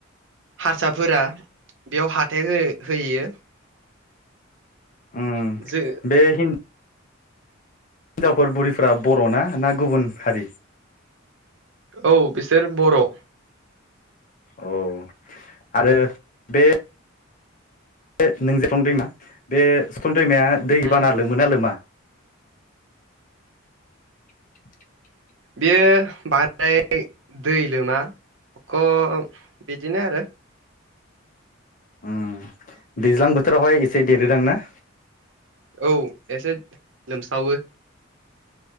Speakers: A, on the right; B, on the left.
A: हारसाफोरा बेयाव हाथाइ हो होयो
B: उम
A: जो
B: बे हिन जावफोर बुरिफ्रा बरना ना गुबुन हारि
A: औ बिसोर बर'।
B: अह आरो बे बे नों दैमा बे सिफुं दैमाया
A: उम
B: दै बाना लोमोना लोमा <inaudible>
A: बेयो बांद्राय दै लोमा अख' बिदिनो आरो।
B: उम दैज्लां बोथोरावहाय एसे देरोदांना?
A: औ एसे लोमसावो।